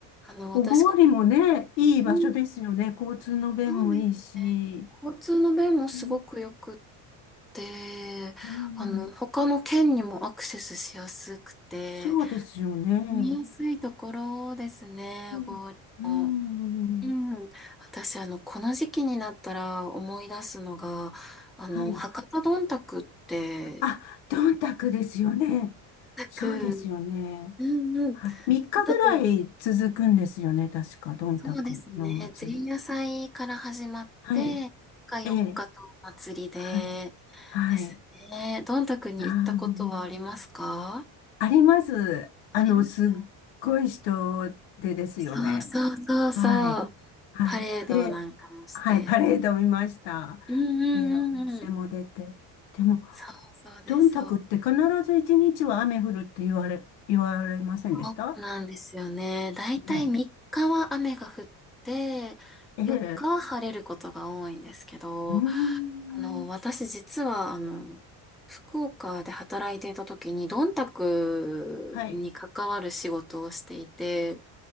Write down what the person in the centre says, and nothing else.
あの、
私、こ
うん
そうですね。交通の便もすごく良くって、
あの、他の県にもアクセスしやすくて、
見やすいところですね、
ゴールも。
うん、私、あの、この時期になったら思い出すのが、あの、
博多どんたくって、
どんたく、
うんうん、
ど
んたく、
そうですね、前夜祭から始まって、
3日4日とお祭りで、
で
すね、どんたくに行ったことはありますか
ありますか
そうそうそうそう、
パレードなんかもして。
うんうんうんうん、
そうそうです、
そう
そうなんですよね。だいたい3日は雨が降って、
4日は晴れることが多いんですけど、
あの、私実は、あの、福岡で働いていた時に、どんたくに関わる仕事をしていて、